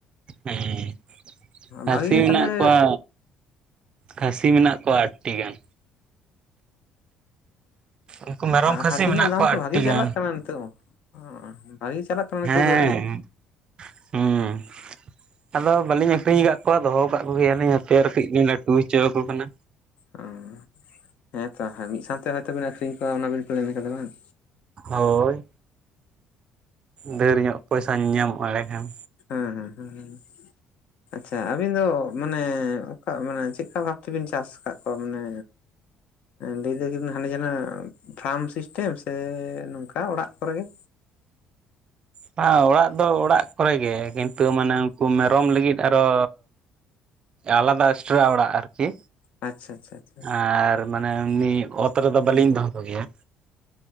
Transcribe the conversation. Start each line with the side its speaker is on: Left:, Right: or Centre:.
Right: ᱦᱮᱸ ᱠᱷᱟᱹᱥᱤ
Left: ᱵᱷᱟᱜᱤ ᱜᱮ
Right: ᱢᱮᱱᱟᱜ
Left: ᱛᱟᱦᱚᱞᱮ
Right: ᱠᱚᱣᱟ ᱠᱷᱟᱹᱥᱤ ᱢᱮᱱᱟᱜ ᱠᱚᱣᱟ ᱟᱴᱴᱤ ᱜᱟᱱ᱾ ᱩᱱᱠᱩ ᱢᱮᱨᱚᱢ
Left: ᱚ ᱟᱨ ᱠᱷᱟᱹᱥᱤ ᱨᱮᱱᱟᱜ
Right: ᱢᱮᱱᱟᱜ
Left: ᱫᱟᱢ
Right: ᱠᱚᱣᱟ
Left: ᱛᱚ
Right: ᱟᱴᱴᱤ
Left: ᱵᱷᱟᱜᱤ ᱪᱟᱞᱟᱜ
Right: ᱜᱟᱱ
Left: ᱠᱟᱱᱟ ᱱᱤᱛᱚᱜ ᱦᱚᱸ᱾ ᱚ ᱵᱷᱟᱜᱤ ᱪᱟᱞᱟᱜ ᱠᱟᱱᱟ ᱱᱤᱛᱚᱜ
Right: ᱦᱮᱸ
Left: ᱫᱚ ᱨᱮᱴ
Right: ᱦᱩᱸ ᱟᱫᱚ ᱵᱟᱹᱞᱤᱧ ᱟᱠᱷᱨᱤᱧ ᱟᱠᱟᱫ ᱠᱚᱣᱟ ᱫᱚᱦᱚ <unintelligible> ᱠᱚᱜᱮᱭᱟᱞᱤᱧ ᱦᱟᱯᱮ ᱟᱨ ᱠᱟᱹᱴᱤᱡ ᱞᱤᱧ ᱞᱟᱹᱴᱩ ᱦᱚᱪᱚ ᱟᱠᱚ ᱠᱟᱱᱟ᱾
Left: ᱚᱸᱻ ᱦᱮᱸ ᱛᱚ ᱢᱤᱫ ᱥᱟᱶᱛᱮ ᱦᱚᱭ ᱛᱳ ᱵᱤᱱ ᱟᱹᱠᱷᱨᱤᱧ ᱠᱚᱣᱟ ᱚᱱᱟᱵᱤᱱ ᱯᱞᱮᱱ ᱠᱟᱫᱟ ᱵᱟᱝ?
Right: ᱦᱳᱭ ᱰᱷᱮᱨ ᱧᱚᱜ ᱯᱚᱭᱥᱟ ᱧᱟᱢᱚᱜᱼᱟ ᱮᱲᱮᱠᱷᱟᱱ᱾
Left: ᱦᱮᱸ, ᱦᱩᱸ ᱦᱩᱸ ᱦᱩᱸᱻ ᱟᱪᱪᱷᱟ ᱟᱵᱤᱱ ᱫᱚ ᱢᱟᱱᱮ ᱚᱠᱟ ᱢᱟᱱᱮ ᱪᱮᱫᱠᱟ ᱵᱷᱟᱵᱛᱮᱵᱤᱱ ᱪᱟᱥ ᱟᱠᱟᱫ ᱠᱚᱣᱟ? ᱢᱟᱱᱮ ᱞᱟᱹᱭ ᱫᱟᱹᱠᱤᱱ ᱦᱟᱸᱱᱮ ᱡᱮᱱᱚ ᱯᱷᱟᱨᱢ ᱥᱤᱥᱴᱮᱢ ᱥᱮ ᱱᱚᱝᱠᱟ ᱚᱲᱟᱜ ᱠᱚᱨᱮ ᱜᱮ?
Right: ᱵᱟ ᱚᱲᱟᱜ ᱫᱚ ᱚᱲᱟᱜ ᱠᱚᱨᱮ ᱜᱮ ᱠᱤᱱᱛᱩ ᱢᱟᱱᱮ ᱩᱱᱠᱩ ᱢᱮᱨᱚᱢ ᱞᱟᱹᱜᱤᱫ ᱟᱨᱚ ᱟᱞᱟᱫᱟ ᱮᱴᱨᱟ ᱚᱲᱟᱜ ᱟᱨᱠᱤ᱾
Left: ᱟᱪᱪᱷᱟ ᱟᱪᱷᱟ
Right: ᱟᱨ ᱢᱟᱱᱮ ᱮᱢᱱᱤ ᱚᱛ ᱨᱮᱫᱚ ᱵᱟᱞᱤᱧ ᱫᱚᱦᱚ ᱠᱚ ᱜᱮᱭᱟ